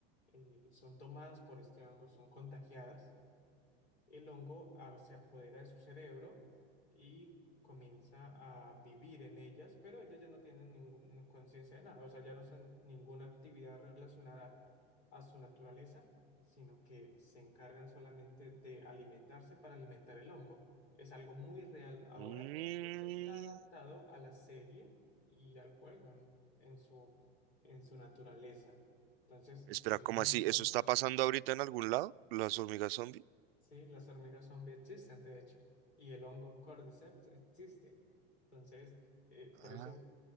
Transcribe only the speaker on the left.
eh, son tomadas por este hongo, son contagiadas El hongo ah, se apodera de su cerebro y comienza a vivir en ellas, pero ellas ya no tienen ninguna conciencia de nada, o sea, ya no hacen ninguna actividad relacionada a su naturaleza, sino que se encargan solamente de alimentarse para alimentar el hongo. Es algo muy real ahora
y que está adaptado a la serie y al juego en, en su, en su naturaleza. Entonces,
es
muy
bien.
Sí, las hormigas zombie existen, de hecho, y el hongo Cordyceps existe. Entonces, eh,
por eso